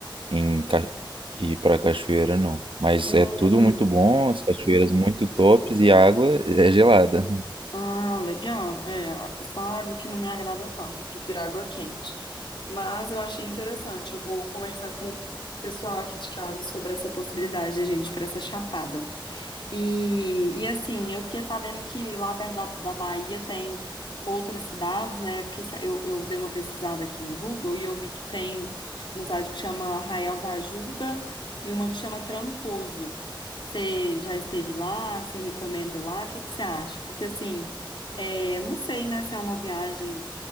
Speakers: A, on the right; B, on the left.
A: em Ca- e para cachoeira não. Mas
B: Hum.
A: é tudo muito bom, as cachoeiras muito tops e a água é gelada.
B: Ah, legal. É, essa água que não me agrada tanto, eu prefiro água quente. Mas eu achei interessante, eu vou conversar com o pessoal aqui de casa sobre essa possibilidade da gente ir para essa chapada. E, e assim, eu fiquei sabendo que lá perto da, da Bahia tem outras cidades, né? Eu, fiquei sa- eu, eu dei uma pesquisada aqui no Google e eu vi que tem uma cidade que chama Arraial da Ajuda e uma que chama Trancoso. Você já esteve lá? Você recomenda ir lá? O que que você acha? Porque assim, é, não sei, né, se é uma viagem,